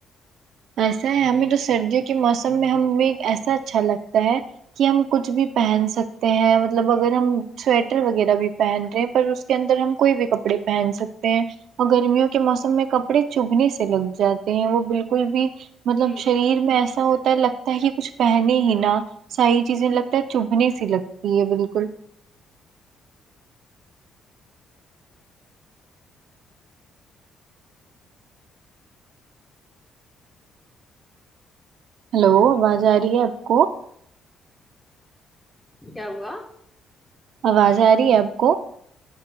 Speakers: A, on the right (about 60°); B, in the centre.
A: ایسا ہے ہمیں تو سردیوں کے موسم میں ہمیں ایسا اچھا لگتا ہے کہ ہم کچھ بھی پہن سکتے ہیں مطلب اگر ہم سویٹر وغیرہ بھی پہن تے ہیں پر اس کے اندر ہم کوئی بھی کپڑے پہن سکتے ہیں اور گرمیوں کے موسم میں کپڑے چبھنے سے لگ جاتے ہیں وہ بالکل بھی مطلب
B: جی
A: شریر میں ایسا ہوتا لگتا ہے کہ کچھ پہنے ہی نا ساری چیزیں لگتا ہے چبھنے سی لگتی ہے بالکل ہلو آواز آ رہی ہے آپ کو
B: کیا ہوا
A: آواز آ رہی ہے آپ کو